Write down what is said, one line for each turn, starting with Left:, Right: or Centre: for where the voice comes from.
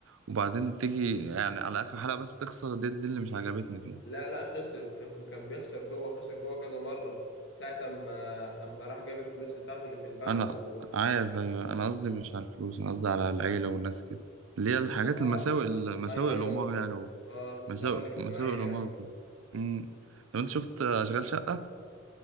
Right: وبعدين تيجي يعني على آخر حلقة بس تخسر دي, دي اللي مش عجبتني فيه
Left: لا لا خسر كان كان بيخسر جوه خسر جوه كذا مرة ساعة أما أما راح جاب الفلوس بتاعته اللي في البنك
Right: انا
Left: و
Right: عارف أيوة، انا قصدي مش على الفلوس انا قصدي على العيلة والناس كده اللي هي الحاجات
Left: آه
Right: المساوئ
Left: الخ-
Right: مساوئ
Left: أيوه أيوه
Right: الأمور
Left: الخ-
Right: يعني
Left: آه الخسارة
Right: مساوئ
Left: الاجتماعية
Right: مساوئ الأمور
Left: يعني
Right: وكده. مم. طب انت شفت أشغال شقة؟